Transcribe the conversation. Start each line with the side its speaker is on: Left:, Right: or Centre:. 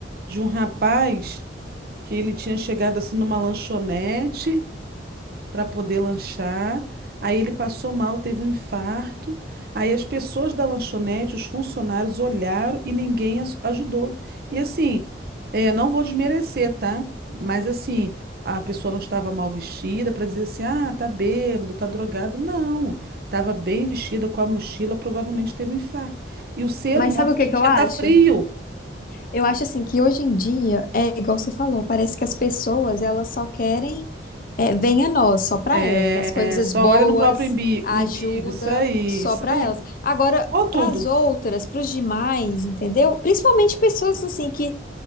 Right: de um rapaz que ele tinha chegado assim numa lanchonete para poder lanchar. Aí ele passou mal, teve um infarto. Aí as pessoas da lanchonete, os funcionários olharam e ninguém as- ajudou. E assim, é, não vou desmerecer, tá? Mas assim, a pessoa não estava mal vestida para dizer assim, ah, tá bêbado, tá drogado. Não, estava bem vestida com a mochila, provavelmente teve um infarto. E o ser
Left: mas
Right: humano
Left: sabe o que
Right: hoje
Left: que
Right: em dia
Left: eu acho?
Right: tá frio.
Left: Eu acho assim que hoje em dia é igual você falou, parece que as pessoas elas só querem é, vem a nós, só para
Right: É,
Left: elas, as coisas
Right: só
Left: boas,
Right: olha no próprio umbi-
Left: a
Right: umbigo,
Left: ajuda
Right: isso aí,
Left: só
Right: isso
Left: para
Right: aí.
Left: elas. Agora
Right: Ou tudo.
Left: para as outras, para os demais, entendeu? Principalmente pessoas assim que